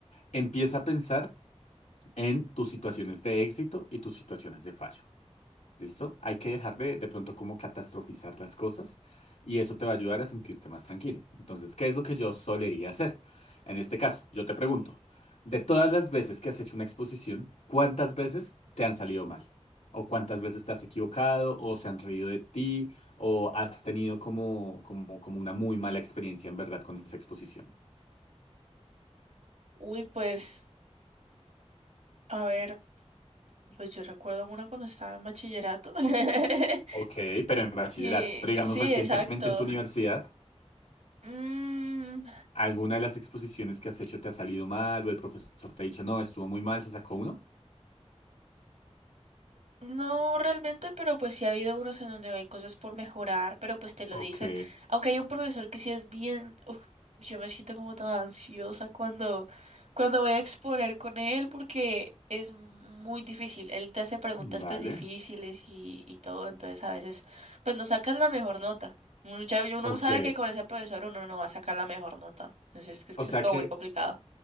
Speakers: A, on the left; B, on the right.
A: Empieza a pensar en tus situaciones de éxito y tus situaciones de fallo. ¿Listo? Hay que dejar de, de pronto como catastrofizar las cosas y eso te va a ayudar a sentirte más tranquila. Entonces, ¿qué es lo que yo solería hacer? En este caso, yo te pregunto, de todas las veces que has hecho una exposición, ¿cuántas veces te han salido mal? ¿O cuántas veces te has equivocado? ¿O se han reído de ti? ¿O has tenido como, como, como una muy mala experiencia en verdad con esa exposición?
B: Uy, pues, a ver, pues yo recuerdo una cuando estaba en bachillerato. <laughs>
A: Ok, pero en bachillerato.
B: Que,
A: Pero digamos
B: sí,
A: recientemente
B: exacto.
A: en tu universidad.
B: Mm,
A: ¿Alguna de las exposiciones que has hecho te ha salido mal o el profesor te ha dicho, no, estuvo muy mal, se sacó uno?
B: No realmente, pero pues sí ha habido unos en donde hay cosas por mejorar, pero pues te lo
A: Ok,
B: dicen. Aunque hay un profesor que sí es bien, uf, yo me siento como toda ansiosa cuando, cuando voy a exponer con él porque es muy difícil. Él te hace preguntas
A: vale,
B: pues difíciles y, y todo, entonces a veces pues no sacas la mejor nota. Mucha- Uno
A: ok.
B: sabe que con ese profesor uno no va a sacar la mejor nota. Entonces es que es,
A: O
B: que
A: sea
B: es como
A: que
B: muy complicado.